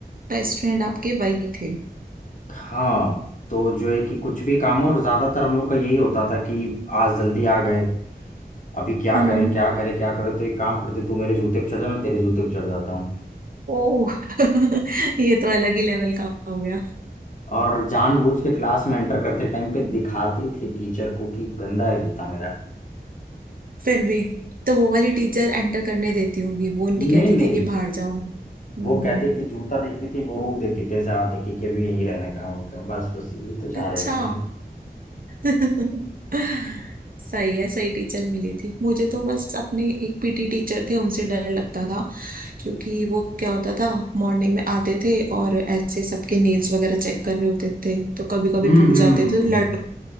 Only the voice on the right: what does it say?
बेस्ट फ्रेंड आपके वही थे
हम्म
ओ <laughs> ये तो अलग ही लेवल का हो गया
फिर भी तो वो वाली टीचर एंटर करने देती होगी वो नहीं कहती
थी कि बाहर जाओ हम्म
अच्छा
<laughs> सही है सही टीचर मिली थी मुझे तो बस अपने एक पीटी टीचर थे उनसे डर लगता था क्योंकि वो क्या होता था मॉर्निंग में आते थे और ऐसे सबके नेल्स वगैरह चेक कर रहे होते थे तो कभी कभी
भूल
जाते थे लड़